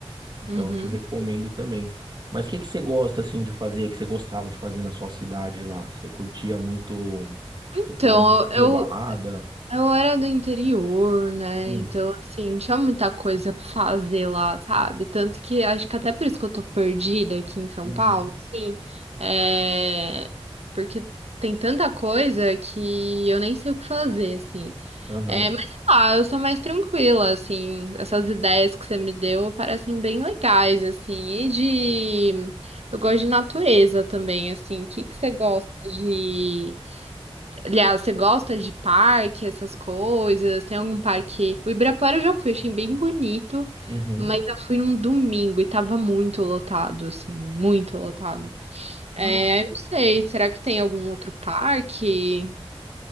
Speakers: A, on the right; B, on the right.
A: Então,
B: Uhum.
A: eu te recomendo também. Mas o que que você gosta assim de fazer, que você gostava de fazer na sua cidade lá? Você curtia muito, tipo,
B: Então,
A: pô, museu,
B: eu,
A: balada?
B: Eu era do interior, né?
A: Hum,
B: Então, assim, não tinha muita coisa pra fazer lá, sabe? Tanto que acho que até por isso que eu tô perdida aqui em São
A: uhum,
B: Paulo, assim, é... porque tem tanta coisa que eu nem sei o que fazer, assim.
A: aham,
B: É, mas sei lá, eu sou mais tranquila, assim, essas ideias que você me deu parecem bem legais, assim, e de... Eu gosto de natureza também, assim, o que que você gosta de... Aliás, você gosta de parque, essas coisas? Tem algum parque? O Ibirapuera eu já fui, achei bem bonito,
A: uhum.
B: mas eu fui num domingo e tava muito lotado, assim, muito lotado.
A: Cara,
B: É, eu não sei, será que tem algum outro parque?